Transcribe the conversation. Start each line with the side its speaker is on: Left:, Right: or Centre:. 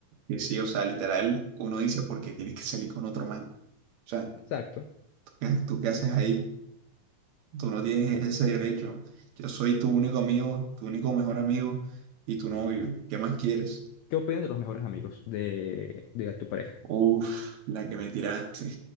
Right: Que sí, o sea, literal, uno dice, porque tienes que salir con otro man? O sea,
Left: Exacto.
Right: ¿tú qué, tú qué haces ahí? Tú no tienes ese derecho. Yo soy tu único amigo, tu único mejor amigo y tu novio. ¿Qué más quieres?
Left: ¿Qué opinas de los mejores amigos de, de tu pareja?
Right: Uf, la que me tiraste.